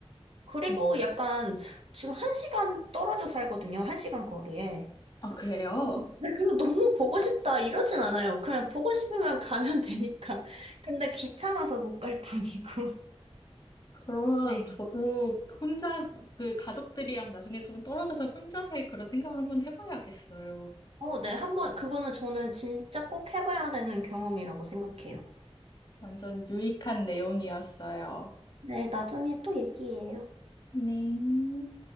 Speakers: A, on the right; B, on the left.
A: 그리고
B: 음.
A: 약간 지금 한 시간 떨어져 살거든요. 한 시간 거리에.
B: 아, 그래요?
A: 그래서 근데 그거 너무 보고 싶다 이러진 않아요. 그냥 보고 싶으면 가면 <laughs> 되니까. 근데 귀찮아서 못 갈 뿐이고. <laughs>
B: 그러면
A: 네.
B: 저도 혼자, 그 가족들이랑 나중에 좀 떨어져서 혼자 살 그런 생각을 한번 해봐야겠어요.
A: 어, 네. 한번 그거는 저는 진짜 꼭 해봐야 되는 경험이라고 생각해요.
B: 완전 유익한 내용이었어요.
A: 네, 나중에 또 얘기해요.
B: 네.